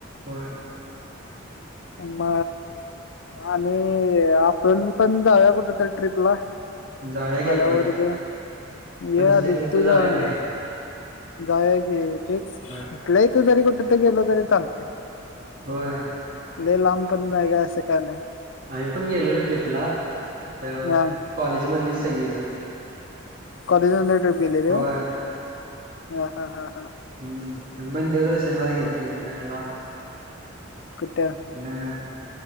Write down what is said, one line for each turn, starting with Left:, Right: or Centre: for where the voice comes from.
Right: होय
Left: म आणि, आपण पण जाऊया, कुठं तरी ट्रीपला?
Right: जाऊया की आपण
Left: आल्यावरण,
Right: आपण
Left: येआधी
Right: दुसरीकडे कुठं
Left: तू
Right: जाऊया
Left: जाऊन
Right: बाहेर
Left: य जाऊया की, तेच
Right: होय
Left: इथल्या इथं जरी कुठेतरी गेलो, तरी चालतय
Right: होय
Left: लय लांब पण जाऊया, असं काय नाय
Right: आम्ही पण गेलोलो ट्रिपला, तर
Left: हा
Right: कॉलेजमधलीच सगळीजण
Left: कॉलेज नंतर ट्रिप गेलेली
Right: होय
Left: वय? हा, हा, हा
Right: हम्म, बंद दर्शनाला गेल्तो इकडे यायला
Left: कुठं
Right: आपल्या